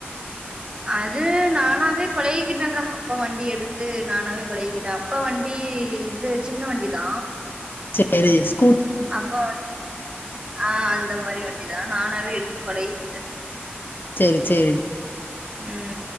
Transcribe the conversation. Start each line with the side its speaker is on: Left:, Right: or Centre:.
Right: அது நானாவே பழகிக்கிட்டேங்க்கா அப்பா வண்டி எடுத்து நானாவே பழகிக்கிட்டே அப் பா வண்டி இது சின்ன வண்டி தா
Left: பேரீஸ்
Right: அப்பா வண் ஆ அந்த மாரி வண்டி தா நானாவே எடுத்து பழகிக்கிட்டே
Left: சேரி சேரி
Right: ம்